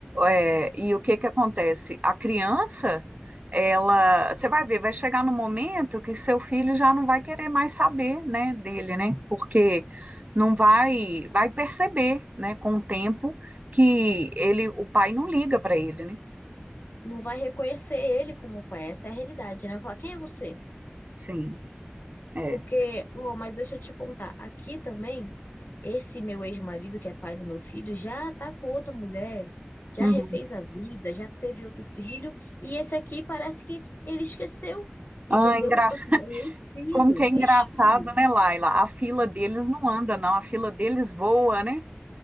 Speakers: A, on the right; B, on the left.
A: é, e o que que acontece? A criança, ela, você vai ver, vai chegar no momento que seu filho já não vai querer mais saber, né, dele, né? Porque não vai, vai perceber, né, com o tempo que ele, o pai não liga para ele, né?
B: Não vai reconhecer ele como pai. Essa é a realidade, né? Vai falar, quem é você?
A: Sim, é.
B: Porque, ó, mas deixa eu te contar, aqui também, esse meu ex-marido, que é pai do meu filho, já tá com outra mulher, já
A: Uhum.
B: refez a vida, já teve outro filho, e esse aqui parece que ele esqueceu, entendeu?
A: Ah, engra...
B: Tipo assim, é ex-filho,
A: Como que é engraçado,
B: ex-filho.
A: né, Laila? A fila deles não anda, não. A fila deles voa, né?